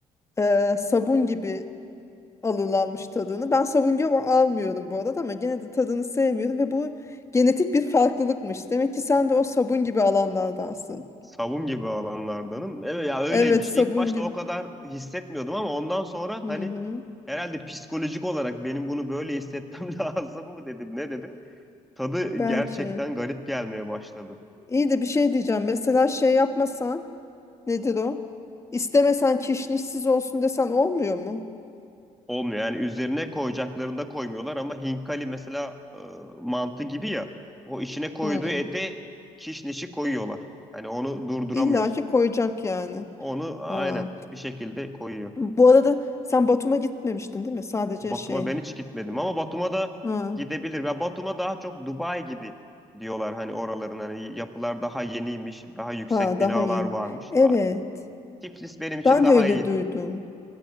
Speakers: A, on the left (about 20°); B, in the centre.
A: e, sabun gibi alırlarmış tadını. Ben savunga almıyorum bu arada ama gene de tadını sevmiyorum ve bu genetik bir farklılıkmış. Demek ki sen de o sabun gibi alanlardansın.
B: savun gibi alanlardanım. Evet ya öyleymiş.
A: Evet sabun
B: İlk başta
A: gibi.
B: o kadar hissetmiyordum ama ondan sonra
A: Hı
B: hani
A: hı.
B: herhalde psikolojik olarak benim bunu böyle hissetmem <laughs> lazım mı dedim ne dedim. Tadı gerçekten
A: Belki.
B: garip gelmeye başladı.
A: İyi de bir şey diyeceğim. Mesela şey yapmasan nedir o? İstemesen kişnişsiz olsun desen olmuyor mu?
B: Olmuyor yani üzerine koyacaklarında koymuyorlar ama hinkali mesela e, mantı gibi ya o içine koyduğu
A: Hı.
B: ete kişnişi koyuyorlar. Hani onu durduramıyorsun.
A: İlla ki koyacak yani.
B: Onu aynen
A: Aa.
B: bir şekilde koyuyor.
A: Bu arada sen Batum'a gitmemiştin değil mi? Sadece
B: Batum'a
A: şey.
B: ben hiç gitmedim ama Batum'a da
A: Ha.
B: gidebilir. Ya Batum'a daha çok Dubai gibi diyorlar hani oraların hani yapılar daha yeniymiş, daha yüksek
A: Ha
B: binalar
A: daha yeni.
B: varmış.
A: Evet.
B: Aa, Tiflis benim için
A: Ben
B: daha
A: de öyle
B: iyi.
A: duydum.